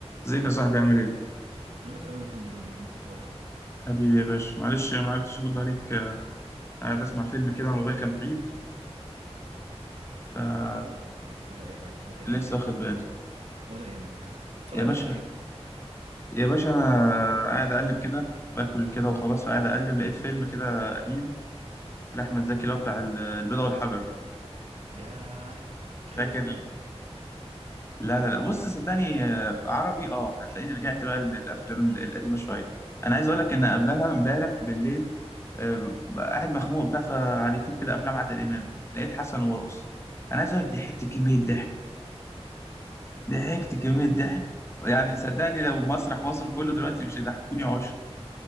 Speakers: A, on the left; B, on the right.
A: ازيك يا صاحبي عامل ايه؟
B: انا تمام الحمد لله اندرو انت اخبارك ايه
A: حبيبي يا باشا معلش ما عرفتش ارد عليك آه، قاعد اسمع فيلم كده على الموبايل كان بعيد ف
B: ولا اي حاجه ولا اي حاجه ولا
A: لسه
B: يهمك
A: واخد بالي
B: ولا يهمك تتفرج
A: يا
B: على
A: باشا
B: فيلم ايه كده
A: يا باشا انا قاعد اقلب كده باكل كده وخلاص فقاعد اقلب لقيت فيلم كده قديم لاحمد زكي اللي هو بتاع ال- البيضة والحجر
B: ياه بتحب
A: فاكر
B: الافلام القديمه بقى
A: لا لا لا بص صدقني آه، في عربي اه هتلاقيني رجعت بقى للافلام ال- القديمه شويه انا عايز اقول لك
B: مم.
A: ان قبلها امبارح بالليل آه، بقى قاعد مخنوق وبتاع فعلى اليوتيوب كده افلام عادل امام لقيت حسن ومرقص انا عايز اقول لك ضحكت كميه ضحك ضحكت كميه ضحك يعني صدقني لو مسرح مصر كله دلوقتي مش هيضحكوني عشره